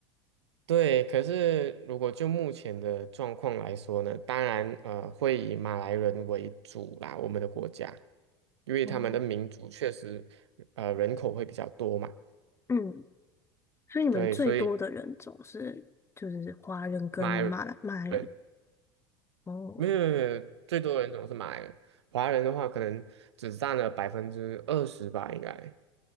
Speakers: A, on the right; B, on the left.
A: 对。可是如果就目前的状况来说呢，当然呃会以马来人为主啦，我们的国家，因为他们的民族确实
B: 嗯，
A: 呃人口会比较多嘛，
B: 嗯，所以你们最多的人种是就是华人跟马来马来人
A: 对，所以马来人。
B: 哦，
A: 没有没有，没有，最多人总是马来人，华人的话可能只占了百分之二十吧，应该